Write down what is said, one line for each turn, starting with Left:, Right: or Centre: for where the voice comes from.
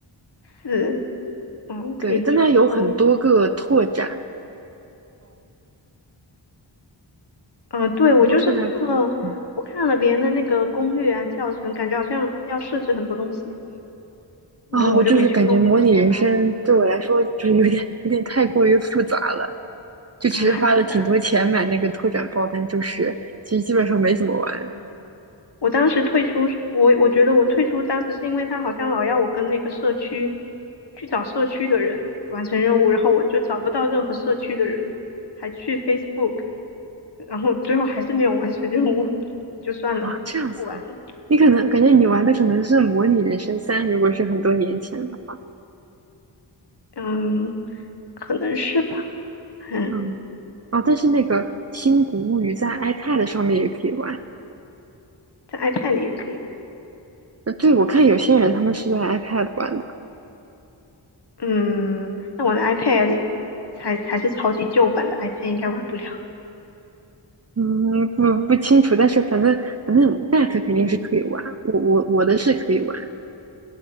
Left: 是，嗯，
Right: 对，
Left: 可以去搜一
Right: 但它有很多个拓展，
Left: 嗯，对，我就是看了，
Right: 然后拓展包，嗯
Left: 我看了别人的那个攻略啊、教程，感觉好像要设置很多东西，我就我就没去弄，
Right: 啊，我就是感觉模拟人生对我来说就是有点有点太过于复杂了，
Left: 我就嫌麻烦。
Right: 就其实花了挺多钱买那个拓展包，
Left: 啊，还复杂。
Right: 但就是其实基本上没怎么玩。
Left: 我当时退出，我我觉得我退出当时是因为他好像老要我跟那个社区去找社区的人完成任务，然后我就找不到任何社区的人，还去 Facebook，然后最后还是没有完成任务，就算了，
Right: 啊，这样子啊你可能感觉你玩的可能是《模拟人生三》，
Left: 不玩了。
Right: 如果是很多年前的话，
Left: 嗯，可能是吧。嗯，
Right: 嗯，哦，但是那个《新古物语》在 iPad 上面也可以玩。
Left: 在 iPad 里也可以玩。
Right: 呃，对，我看有些人他们是在 iPad 玩的，
Left: 嗯，但我的 iPad 里才才是超级旧版的 iPad，应该玩不了。
Right: 嗯，不不清楚，但是反正反正 Mac 肯定是可以玩，
Left: 嗯。
Right: 我我我的是可以玩。